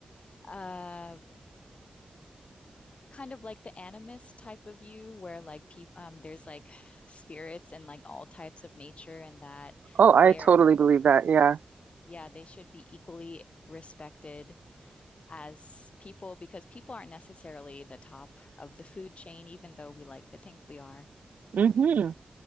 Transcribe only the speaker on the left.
uh kind of like the animist type of view where like people um there's like spirits and like all types of nature and that
they're
yeah, they should be equally respected as people because people aren't necessarily the top of the food chain, even though we like to think we are.